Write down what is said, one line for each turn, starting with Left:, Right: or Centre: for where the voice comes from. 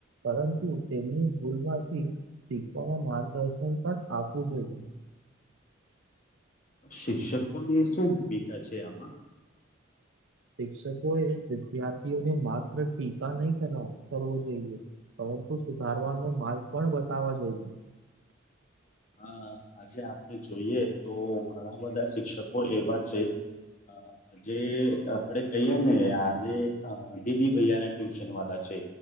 Right: પરંતુ તેમની ભૂલમાંથી શીખવાવામાં માર્ગદર્શન પણ આપવું જોઈએ
Left: શિક્ષકો ની શું ભૂમિકા છે. આમાં
Right: શિક્ષકો એ વિદ્યાર્થીઓને માત્ર ટીકા નહી કર કરવો જોઈએ પરંતુ સુધારવાનો માર્ગ પણ બતાવવા જોઈએ
Left: હા, આજે આપણે જોઈએ. તો ઘણા બધા શિક્ષકો એવા છે. અ જે આપડે કહીએ ને આજે દીદી ભૈયાના ટ્યુશન વા છે